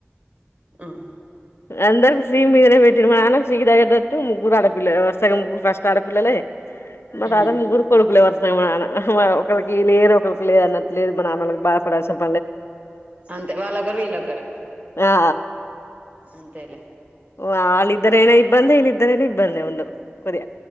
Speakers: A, on the right (about 35°); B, on the left (about 70°).
A: ఉమ్
B: అందరు సి మీదనే పెట్టిన మానసిరి దగట్టు ముగ్గురు ఆడపిల్లలు వర్సగా ము్గురు ఫస్ట్ ఆడపిల్లలే మా రాధాకు
A: ఉమ్
B: ముగ్గురు కొడుకులు వరస <unintelligible> ఒకరికి లేరు ఒకరికి <unintelligible> నాన్నలకు బాధపడాల్సి వస్తుంది
A: అంతే వాళ్ళకారు వీళ్ళకరు
B: ఆ
A: అంతేలే
B: ఓ వళ్ళద్దరేనే ఇబ్బందంది ఇళ్ళిద్దరని ఇబ్బందంది ఉండు కొది